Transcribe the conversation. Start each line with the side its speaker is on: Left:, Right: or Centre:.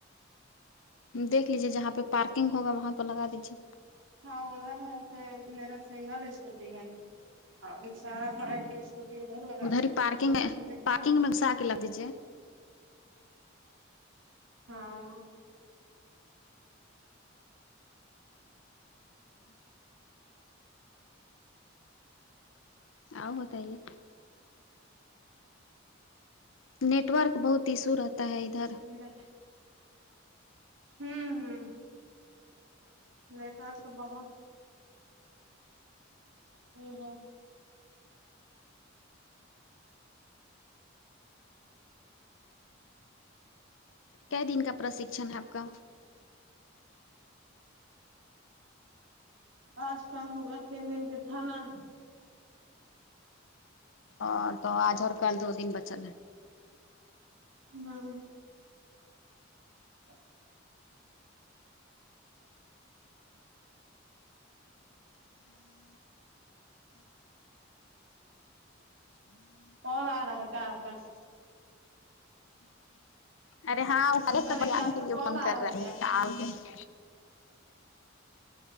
Left: دیکھ لیجیے جہاں پہ پارکنگ ہوگا وہاں پر لگا دیجیے
Right: ہاں ادھر ہے پھر میرا سنگل اسکوٹی ہے ہانیشرا باہر کی ہے اسکوٹی ادھر لگا رہے
Left: ہی
Right: ہیں
Left: پارکنگ
Right: ہمم
Left: ہے
Right: دیکھتے
Left: پارکنگ
Right: ہیں
Left: میں گھسا کے ل دیجیے
Right: ہاں
Left: آؤ بتائیے نیٹورک بہت ایشو رہتا ہے ادھر کا
Right: ویرا ہوں ہ نٹوارک تو بہت ہوں ہوں
Left: کیا دن کا پرشکشن ہے آپ کا
Right: آج کل ہوگا تین دن کے تھانا
Left: اور تو آج اور کل دو دن بچل ہے
Right: ہاں ا <inaudible> اور آرہا ہے کام کا <unintelligible>
Left: ارے ہاں
Right: کہہ رہے
Left: جان
Right: کہ آپ کا
Left: کے لیے
Right: کال
Left: فون
Right: آ
Left: کر رہا
Right: کیا
Left: ہے <inaudible>